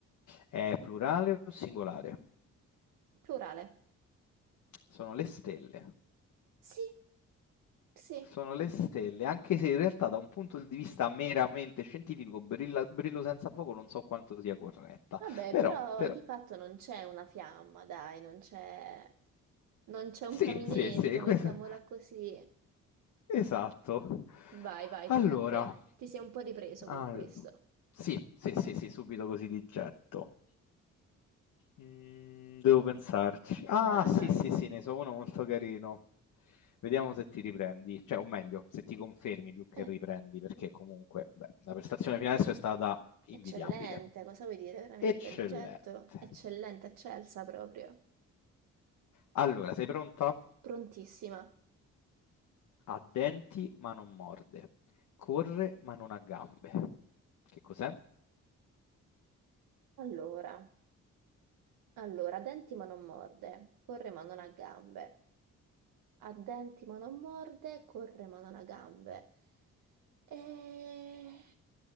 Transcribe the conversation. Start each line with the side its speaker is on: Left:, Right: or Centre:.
Left: È plurale o singolare?
Right: Plurale.
Left: Sono le stelle.
Right: Sì, sì.
Left: Sono le stelle, anche se in realtà da un punto di vista meramente scientifico, brilla- Brillo senza fuoco non so quanto sia corretta,
Right: Vabbè,
Left: però,
Right: però
Left: però
Right: di fatto non c'è una fiamma, dai, non c'è non c'è un
Left: sì,
Right: caminetto,
Left: sì, sì, questa-
Right: mettiamola così.
Left: esatto.
Right: Vai, vai,
Left: Allora.
Right: tocca a te. Ti sei un po' ripreso
Left: Allora,
Right: con questo.
Left: sì, sì, sì, sì, subito così di getto. Mm, devo pensarci. Ah,
Right: Vai,
Left: sì,
Right: vai.
Left: sì, sì, ne so uno molto carino. Vediamo se ti riprendi, cioè, o meglio, se ti confermi più che
Right: Eh,
Left: riprendi, perché comunque, beh, la prestazione fino adesso è stata invidiabile.
Right: eccellente, cosa vuoi dire veramente?
Left: Eccellente.
Right: Getto, eccellente, eccelsa proprio.
Left: Allora, sei pronta?
Right: Prontissima.
Left: Ha denti ma non morde, corre ma non ha gambe. Che cos'è?
Right: Allora, allora, denti ma non morde, corre ma non ha gambe. Ha denti ma non morde, corre ma non ha gambe. E...